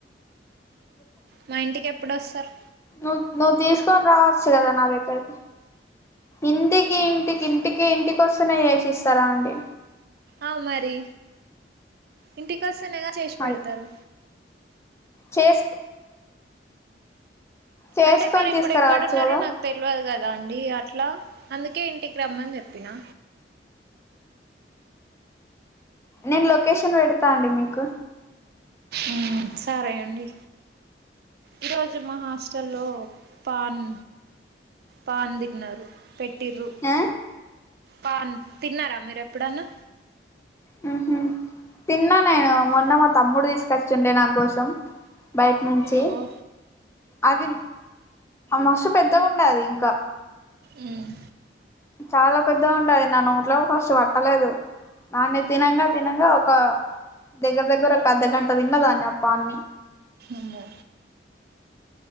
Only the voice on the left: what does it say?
నువ్ నువ్వు తీసుకొని రావచ్చు కదా నా దగ్గరకి ఇంటికి ఇంటికి ఇంటికి ఇంటికిస్తనే చేసిస్తారా అండి
మరి
చేస్ చేసుకొని
తీసుకురావచ్చు
కదా
నేను లొకేషన్ పెడతా అండి మీకు
ఆ
హుహు తిన్నా నేను మొన్న మా తమ్ముడు తీసుకొచ్చిండే నా కోసం బయట నుంచి
అది మస్తు పెద్దగా ఉంటది అది ఇంకా
చాలా పెద్దగా ఉండే అది నా నోట్లో ఫస్ట్ పట్టలేదు దన్నీ తినంగా తినంగా ఒక దగ్గర దగ్గర ఒక అర్ధగంట తిన్నదాన్ని ఆ పాన్ని